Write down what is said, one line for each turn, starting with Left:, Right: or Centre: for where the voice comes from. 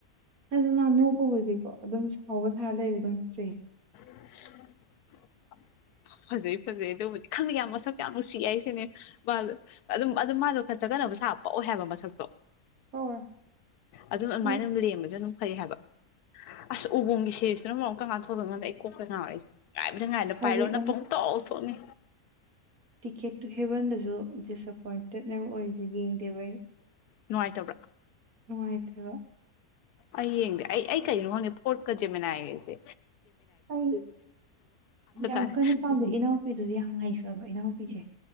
Right: ꯑꯗꯨ ꯉꯅꯧꯕꯕꯨꯗꯤꯀꯣ ꯑꯗꯨꯝ ꯁꯥꯎꯕ ꯊꯔ ꯂꯩꯕ ꯑꯗꯨꯝꯁꯩ
Left: <unintelligible> ꯐꯖꯩ ꯐꯖꯩ ꯑꯗꯨꯕꯨꯗꯤ ꯈꯪꯗꯦ ꯌꯥꯝ ꯃꯁꯛ ꯌꯥꯝ ꯅꯨꯡꯁꯤ ꯍꯥꯏꯁꯤꯅꯦ ꯃꯥꯗꯣ ꯑꯗꯨꯝ ꯑꯗꯨ ꯃꯥꯗꯣ ꯈꯔ ꯆꯠꯒꯠꯅꯕ ꯁꯥꯕ ꯄꯛꯑꯣꯏ ꯍꯥꯏꯕ ꯃꯁꯛꯇꯣ
Right: ꯍꯣꯏ
Left: ꯑꯗꯨꯅ ꯑꯗꯨꯃꯥꯏꯅ
Right: ꯎꯝ,
Left: ꯑꯗꯨꯝ ꯂꯦꯝꯕꯁꯨ ꯑꯗꯨꯝ ꯐꯩ ꯍꯥꯏꯕ ꯑꯁ ꯎꯕꯣꯡꯒꯤ ꯁꯦꯔꯤꯁꯤꯇꯨꯅ ꯃꯔꯣꯝ ꯀꯔꯝ ꯀꯥꯟꯗ ꯊꯣꯛꯂꯛ ꯇꯣꯏꯅꯣ ꯈꯪꯗꯦ ꯑꯩ ꯀꯣꯛꯀ ꯉꯥꯎꯔꯦ ꯑꯩꯁꯦ ꯉꯥꯏꯕꯗ ꯉꯥꯏꯕꯗ
Right: ꯁꯖꯤꯛ
Left: ꯄꯥꯏꯂꯣꯠꯅ ꯄꯪꯊꯣꯛ ꯊꯣꯛꯅꯤ
Right: ꯇꯤꯛꯀꯦꯠꯇꯨ ꯍꯦꯕꯟꯗꯁꯨ ꯗꯤꯁꯑꯄꯣꯏꯟꯇꯦꯠꯅꯦꯕ ꯑꯣꯏꯁꯦ ꯌꯦꯡꯗꯦꯕ ꯑꯩ
Left: ꯅꯨꯡꯉꯥꯏꯇꯕ꯭ꯔꯥ
Right: ꯅꯨꯡꯉꯥꯏꯇꯦꯕ
Left: ꯑꯩ ꯌꯦꯡꯗꯦ ꯑꯩ ꯑꯩ ꯀꯩꯅꯣ ꯈꯪꯗꯦ ꯐꯣꯔꯠꯀ ꯖꯦ ꯃꯅꯥꯏꯒꯁꯦ
Right: ꯑꯩ ꯌꯥꯝ
Left: ꯇꯥꯔꯦ
Right: ꯀꯟꯅ ꯄꯥꯝꯖꯩ ꯏꯅꯥꯎꯄꯤꯗꯨꯗꯤ ꯌꯥꯝ ꯉꯥꯏꯖꯕ ꯏꯅꯥꯎꯄꯤꯁꯦ